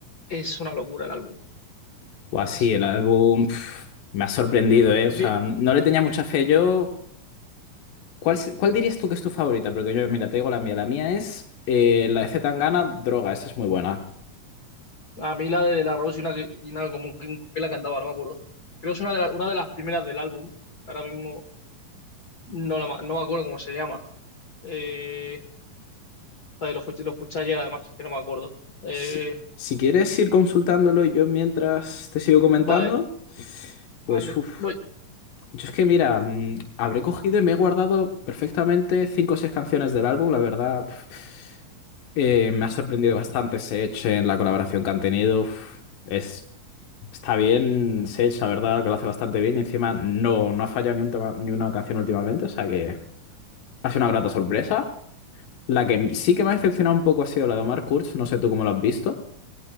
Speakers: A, on the left (about 55°); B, on the left (about 80°).
A: Es una locura el álbum.
B: O así,
A: Es una
B: el álbum
A: locura.
B: pf, me ha sorprendido, ¿eh?
A: Bien.
B: O sea, no le tenía mucha fe yo. ¿Cuál, se- cuál dirías tú que es tu favorita? Porque yo, mira, te digo la mía. La mía es eh, la de C. Tangana, Droga. Esa es muy buena.
A: A mí la de De La Rose y una, que- y una como que, que la cantaba, no me acuerdo. Creo que es una de, la- una de las primeras del álbum. Ahora mismo no, la ma- no me acuerdo cómo se llama. Eh, joder, lo escuché, lo escuché ayer además, que no me acuerdo. Eh,
B: Si, si quieres ir consultándolo y yo mientras te sigo comentando,
A: vale,
B: pues
A: vale.
B: uff.
A: No,
B: Yo es que, mira, mm, habré cogido y me he guardado perfectamente cinco o seis canciones del álbum, la verdad. pf, eh, me ha sorprendido bastante Sech en la colaboración que han tenido. Uf, es, está bien Sech, la verdad, que lo hace bastante bien. Y encima no, no ha fallado ni, un tema- ni una canción últimamente, o sea que ha sido una grata sorpresa. La que sí que me ha decepcionado un poco ha sido la de Omar Kurz, no sé tú cómo lo has visto.